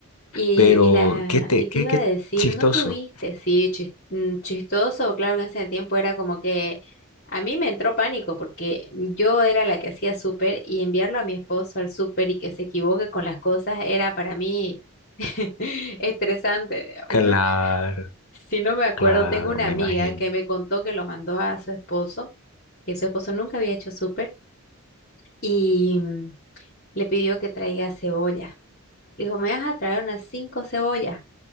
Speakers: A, on the left; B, on the left.
A: Y,
B: Pero
A: y, la,
B: qué, te,
A: y
B: qué,
A: te iba
B: qué
A: a decir,
B: chistoso.
A: ¿no tuviste? Sí, chis- mm, chistoso, claro que en ese tiempo era como que a mí me entró pánico porque yo era la que hacía súper y enviarlo a mi esposo al súper y que se equivoque con las cosas era para mí <laughs> estresante, digamos,
B: Claro,
A: ¿no? Si no me acuerdo,
B: claro,
A: tengo una
B: me
A: amiga
B: imagino.
A: que me contó que lo mandó a su esposo, que su esposo nunca había hecho súper y mm, le pidió que traiga cebolla. Le dijo, me vas a traer unas cinco cebollas.